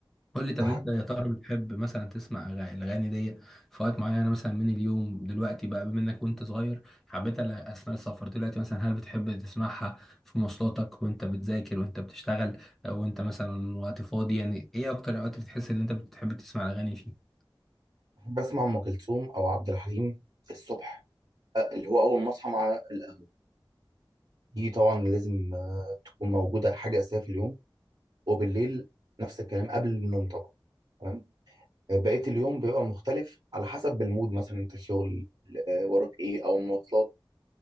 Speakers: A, in the centre; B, on the right.
A: قول لي طب
B: بح-
A: أنت يا ترى بتحب مثلا تسمع أغا- الأغاني دي في وقت معين مثلا من اليوم دلوقتي بقى بما إنك وأنت صغير حبيتها ل- أثناء السفر دلوقتي مثلا هل بتحب تسمعها في مواصلاتك وأنت بتذاكر وأنت بتشتغل وأنت مثلا وقت فاضي يعني إيه أكتر الأوقات اللي بتحس إن أنت بتحب تسمع الأغاني فيه؟
B: بحب اسمع ام كلثوم او عبد الحليم الصبح آه اللي هو اول ما اصحى مع القهوه دي طبعا لازم آه تكون موجوده حاجه اساسيه في اليوم وبالليل نفس الكلام قبل النوم طبعا تمام بقية اليوم بيبقى مختلف على حسب المود مثلا انت شغل آه، وراك ايه او مواصلات